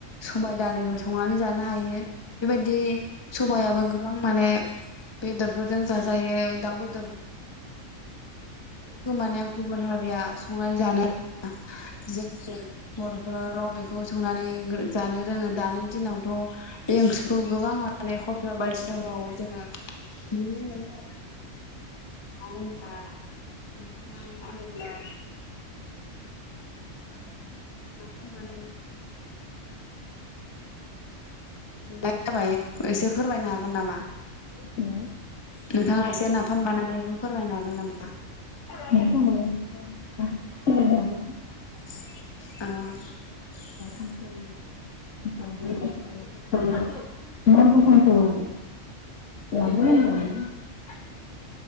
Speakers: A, on the left (about 20°); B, on the left (about 65°).
A: सबायाइ दालिबो संनानै जानो हायो बेबायदि सबायाबो गोबां माने बेदरफोरजों जाजायो दाउ बेद दर गो माने गुबुन हारिया संनाय जानाय जोंनि बर'फोरा र' बेखौ खौ संनानै जानो रोङो दानो दिनावथ' बे ओंख्रि खौ गोबां माने हटेल बायदिसिनाफोराव जोङो नुनो मोनो आरो मानो होनब्ला नोंथांनाबो‌ <unintelligible> नाफाम बानायनायखौ मोननाय जाबाय एसे फोरमायनो हागोन नामा?
B: हा?
A: नोंथाङा एसे नाफाम बानायनायखौ फोरमायनो हागोन नामा?
B: <unintelligible>
A: औ
B: <unintelligible> <unintelligible>